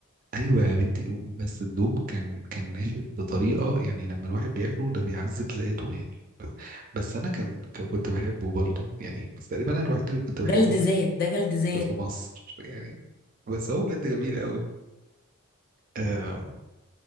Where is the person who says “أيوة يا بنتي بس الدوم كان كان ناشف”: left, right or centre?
Right